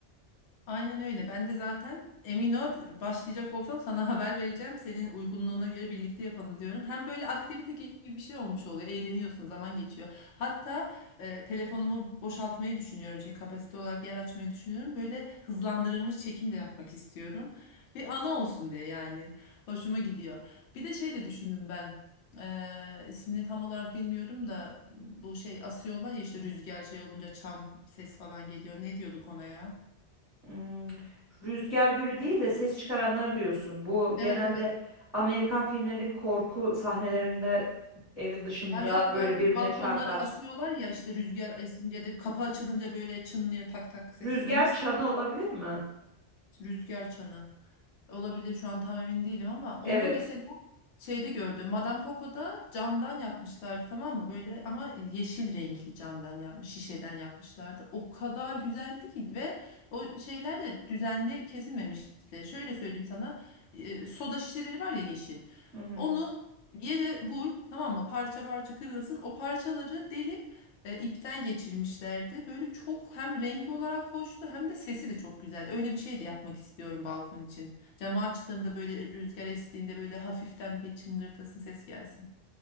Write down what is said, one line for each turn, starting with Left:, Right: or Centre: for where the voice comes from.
Left: Aynen öyle. Ben de zaten emin ol başlayacak olsam sana <laughs> haber vereceğim. Senin uygunluğuna göre birlikte yapalım diyorum. Hem böyle aktivite gibi bir şey olmuş oluyor. Eğleniyorsun, zaman geçiyor. Hatta e, telefonumu boşaltmayı düşünüyorum. Şey kapasite olarak yer açmayı düşünüyorum. Böyle hızlandırılmış çekim de yapmak istiyorum. Bir ana olsun diye yani. Hoşuma gidiyor. Bir de şey de düşündüm ben. E, ismini tam olarak bilmiyorum da bu şey asıyorlar ya işte rüzgar şey olunca çan ses falan geliyor. Ne diyorduk ona ya?
Centre: Hmm, rüzgar gülü değil de ses çıkaranları diyorsun. Bu genelde
Left: Evet evet.
Centre: Amerikan filmlerindeki korku sahnelerinde evin dışında
Left: Ya yok
Centre: böyle
Left: ya kız
Centre: birbirine
Left: balkonlara
Centre: çarpar.
Left: asıyorlar ya işte rüzgar esince de kapı açılınca böyle çınlıyor tak tak ses
Centre: Rüzgar
Left: veriyor. Onun ismi
Centre: çanı olabilir mi?
Left: rüzgar çanı. Olabilir şu an tam emin değilim ama onu
Centre: Evet.
Left: mesela şeyde gördüm. Madame Coco'da camdan yapmışlardı tamam mı? Böyle ama yeşil renkli camdan yapmış, şişeden yapmışlardı. O kadar güzeldi ki ve o şeyler de düzenli kesilmemişti. Şöyle söyleyeyim sana. e, soda şişeleri var ya yeşil.
Centre: Hı hı.
Left: Onu yere vur tamam mı? Parça parça kırılsın. O parçaları delip e, ipten geçirmişlerdi. Böyle çok hem rengi olarak hoştu hem de sesi de çok güzeldi. Öyle bir şey de yapmak istiyorum balkon için. Camı açtığımda böyle rüzgar estiğinde böyle hafiften bir çıngırtasın ses gelsin.